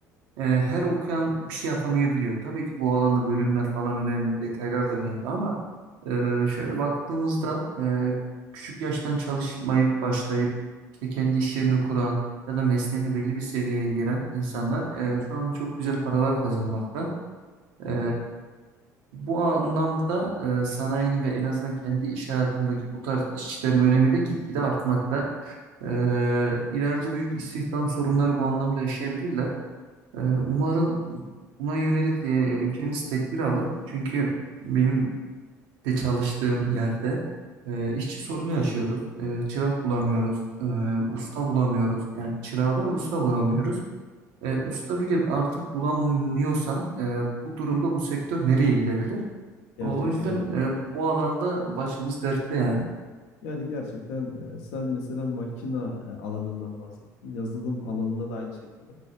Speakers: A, on the right; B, on the left.
A: E, her okuyan bir şey yapamayabiliyor. Tabii ki bu alanda bölümler falan önemli, detaylar da önemli ama e, şöyle baktığımızda e, küçük yaştan çalışmayıp başlayıp işte kendi iş yerini kuran ya da mesleğini belli bir seviyeye gelen insanlar e, şu an çok güzel paralar kazanmakta.
B: Hı
A: E,
B: hı.
A: bu anlamda e, sanayinin ve en azından kendi iş hayatımdaki bu tarz işçilerin önemi de gitgide artmakta. E, ileride büyük istihdam sorunları bu anlamda yaşayabilirler. Ee, Umarım buna yönelik e, ülkemiz tedbir alır. Çünkü benim de çalıştığım yerde e, işçi sorunu yaşıyoruz. E, çırak bulamıyoruz, e, usta bulamıyoruz. Yani çırağı ve usta bulamıyoruz. E, usta bile artık bulamıyorsan e, bu durumda bu sektör nereye gidebilir?
B: Gerçekten
A: O yüzden
B: öyle.
A: e, bu alanda başımız dertte yani.
B: Yani gerçekten e, sen mesela makina e, alanından bahsettin. Yazılım alanında da aynı şekilde.